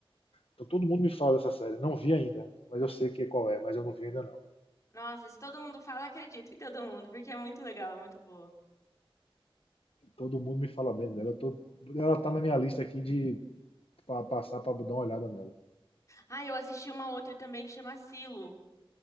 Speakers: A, on the left; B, on the left.
A: Então todo mundo me fala dessa série. Não vi ainda, mas eu sei que qual é, mas eu não vi ainda não.
B: Nossa, se todo mundo fala, acredito em todo mundo, porque é muito legal, é muito boa.
A: Todo mundo me fala bem dela. Tô... Ela tá na minha lista aqui de pra passar pra dar uma olhada nela.
B: Ah, eu assisti uma outra também que chama Silo.